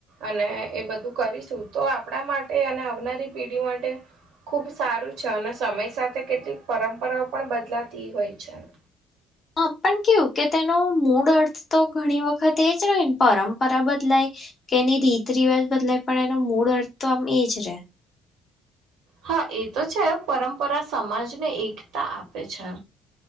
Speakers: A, on the right; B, on the left.
A: અને એ બધું કરીશું તો આપણા માટે અને આ લી પેઢી માટ ટે ખુબ સારું છે. અને સમય સાથે કેટલીક પરંપરાઓ પણ બદલાતી હોય છે. <inaudible>
B: હા પણ કેવું, કે તેનો મૂળ અર્થ તો ઘણી વખત એ જનને પરંપરા બદલાય કે એની રીત રિવાજ બદલાય. પણ એનો મૂળ અર્થ તો આમ એજ રે.
A: હા એ તો છે પરંપરા સમાજને એકતા આપે છે.